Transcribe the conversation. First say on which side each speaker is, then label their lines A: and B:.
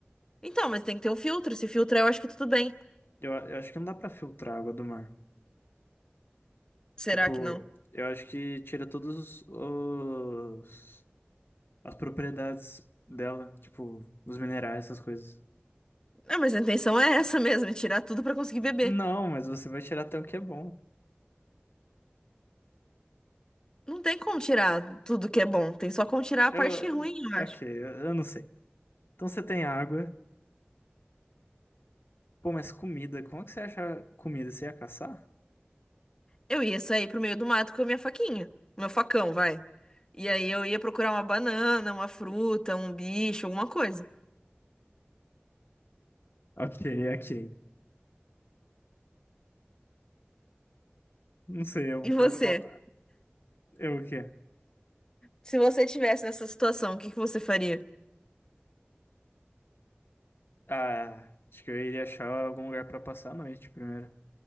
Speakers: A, on the left; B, on the left.
A: Então, mas tem que ter um filtro. Se filtrar, eu acho que tudo bem.
B: Eu, a- eu acho que não dá pra filtrar a água do mar.
A: Será
B: Tipo,
A: que não?
B: eu acho que tira todos os os- as propriedades dela, tipo, os minerais, essas coisas.
A: Ah, mas a intenção é essa mesmo, é tirar tudo pra conseguir beber.
B: Não, mas você vai tirar até o que é bom.
A: Não tem como tirar tudo que é bom, tem só como tirar
B: Eu,
A: a parte ruim, eu
B: ok,
A: acho.
B: eu eu não sei. Então você tem água. Pô, mas comida, como é que você acha comida? Você ia caçar?
A: Eu ia sair pro meio do mato com a minha faquinha, meu facão, vai. E aí eu ia procurar uma banana, uma fruta, um bicho, alguma coisa.
B: Ok, ok. Não sei, eu,
A: E você?
B: eu, po- eu o quê?
A: Se você tivesse nessa situação, o que que você faria?
B: Ah, acho que eu iria achar algum lugar pra passar a noite primeiro.